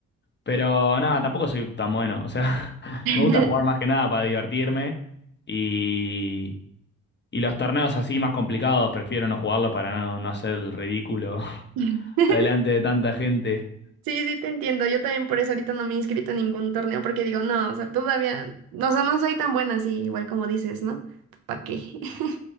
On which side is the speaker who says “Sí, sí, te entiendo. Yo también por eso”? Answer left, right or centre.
Right